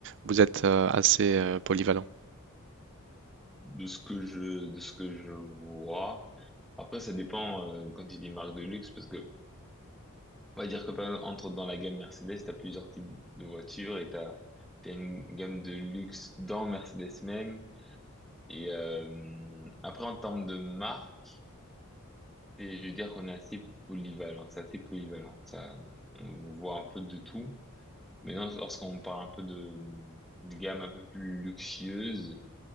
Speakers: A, on the right (about 55°); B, in the centre.
A: vous êtes euh, assez euh, polyvalent?
B: De ce que je de ce que je vois. Après, ça dépend euh, quand il dit marque de luxe parce que On va dire que par exemple, entre dans la gamme Mercedes, t'as plusieurs types de voitures et t'as t'as une gamme de luxe dans Mercedes même. Et euh, après, en termes de marque, c'est- je veux dire qu'on est assez polyvalent. C'est assez polyvalent. Ça, on voit un peu de tout. Maintenant, lorsqu'on parle un peu de, de gamme un peu plus luxueuse,